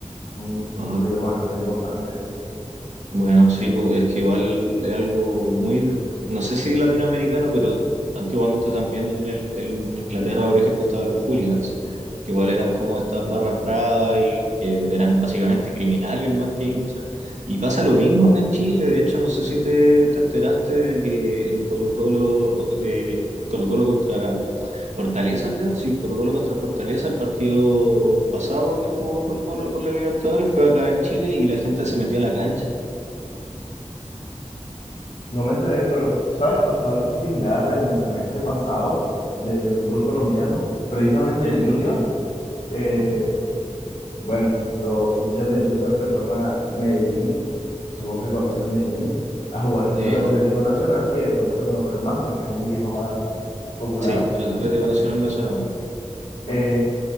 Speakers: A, on the left; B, on the right.
A: Un, un
B: Ah,
A: problema bastante importante.
B: Bueno, sí, porque es que igual es algo muy, no sé si latinoamericano, pero antiguamente también en, el- en Inglaterra, por ejemplo, estaban los hooligans, que igual eran como estas barras bravas y que eran básicamente criminales más que hinchas. Y pasa lo mismo acá en Chile, de hecho, no sé si te, te enteraste de que en Colo-Colo, eh, Colo-Colo contra Fortaleza, creo, sí, Colo-Colo contra Fortaleza, el partido pasado que jugó Colo-Colo por la Libertadores fue acá en Chile y la gente se metió a la cancha
A: No me enteré, pero, ¿sabes? Pasó algo similar en el semestre pasado del fútbol colombiano. Precisamente
B: ¿Ya?
A: el Junior. eh,
B: ujú.
A: Bueno, los hinchas del Junior que fueron a Medellín, supongo que conocen Medellín, a jugar contra
B: Eh,
A: el Atlético
B: o-
A: Nacional, que de pronto lo conozcan más porque es un equipo más popular.
B: sí, el Atlético
A: ¿ok?
B: Nacional me suena más.
A: Eh,